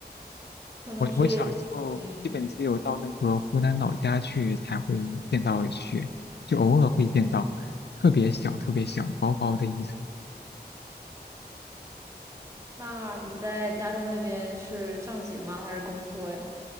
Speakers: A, on the right; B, on the left.
A: 可能是，
B: 我我小时候基本只有到那个湖南老家去才会见到雪，
A: 嗯，
B: 就偶尔会见到，特别小，特别小，薄薄的一层。
A: 那你在加州那边是上学吗？还是工作呀？